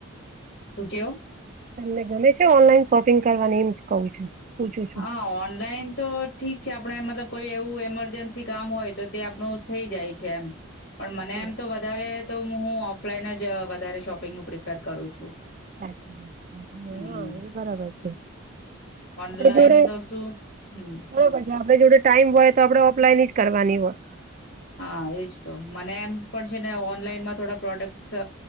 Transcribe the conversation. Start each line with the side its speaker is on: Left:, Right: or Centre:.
Left: શું કેવ?
Right: તમને ગમે છે ઓનલાઈન શોપિંગ કરવાની એમ કઉ છું! પૂછું છું.
Left: હા, ઓનલાઇન તો ઠીક છે આપણે મતલબ કોઈ એવું ઈમરજન્સી કામ હોય તો તે આપણું થઈ જાય છે એમ. પણ મને
Right: બરાબર
Left: એમ તો વધારે તો હું ઓફલાઈન જ વધારે શોપિંગનું પ્રિફર કરું છું.
Right: હા
Left: હમ્મ.
Right: એ બરાબર છે. આપડે
Left: ઓફલાઇન
Right: જોડે
Left: તો શું હમ.
Right: બરોબર છે. આપડે જોડે ટાઈમ હોય તો આપડણે ઓફલાઈન જ કરવાની હોય.
Left: હા એજ તો. મને એમ પણ છે ને ઓનલાઈનમાં થોડા પ્રોડક્ટસ